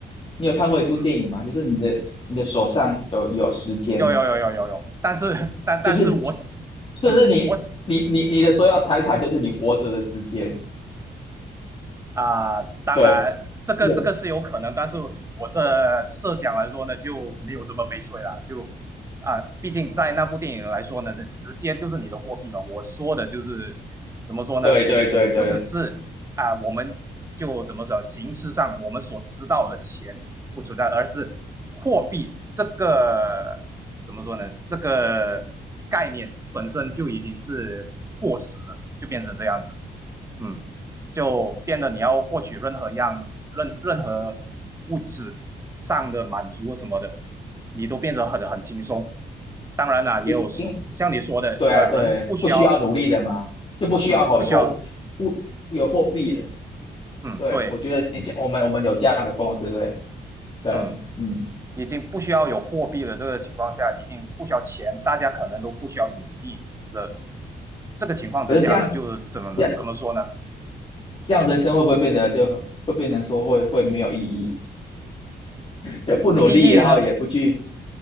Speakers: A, on the left; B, on the right.
A: 你有看过一部电影吗？
B: 嗯。
A: 就是你的你的手上有有时间，
B: 有有有有有有，但是但但是我喜，
A: 就是就是你你你你的所有财产就是你活着的时间，
B: 嗯，我喜啊、呃当然这个这个是有可能，
A: 对，你有
B: 但是我的设想来说呢，就没有这么悲催了。就啊、呃毕竟在那部电影来说呢，这时间就是你的货币嘛。我说的就是怎么说呢？
A: 对对对对，
B: 不只是啊、呃我们就怎么说，形式上我们所知道的钱不存在，而是货币这个怎么说呢？这个概念本身就已经是过时了，就变成这样子。嗯，就变得你要获取任何样任任何物质上的满足什么的，你都变得很很轻松。当然啦、也有像你说的，
A: 因因对啊，
B: 呃，
A: 对，
B: 人不需要，
A: 不需要努力的嘛，
B: 嗯
A: 就不需要有货不有货币了。
B: 嗯，不需要，嗯，
A: 对，
B: 对，
A: 我觉得你讲我们我们有这样的公司，对对，
B: 嗯，
A: 嗯。
B: 已经不需要有货币的这个情况下，已经不需要钱，大家可能都不需要努力了。这个情况之下呢，
A: 可是这样这样
B: 就怎么怎么说呢？
A: 这样人生会不会变得就很会变成说会会没有意义，就不努力，
B: 意义呢？
A: 然后也不去